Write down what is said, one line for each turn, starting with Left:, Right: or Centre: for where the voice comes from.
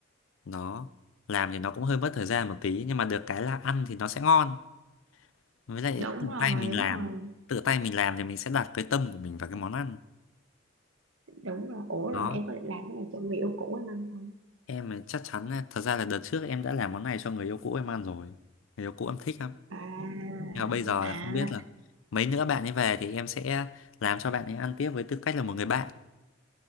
Left: nó làm thì nó cũng hơi mất thời gian một tí nhưng mà được cái là ăn thì nó sẽ ngon với lại
Right: đúng
Left: tự
Right: rồi
Left: tay mình
Right: đúng
Left: làm
Right: rồi
Left: tự tay mình làm thì mình sẽ đặt cái tâm của mình vào cái món ăn
Right: đúng rồi ủa
Left: đó
Right: rồi em có định làm cái này cho người yêu cũ anh ăn không
Left: em là chắc chắn là- thật ra là đợt trước em đã làm món này cho người yêu cũ em ăn rồi người yêu cũ em thích lắm
Right: à
Left: nhưng mà bây giờ
Right: à
Left: là không biết là mấy nữa bạn ấy về thì em sẽ làm cho bạn ấy ăn tiếp với tư cách là một người bạn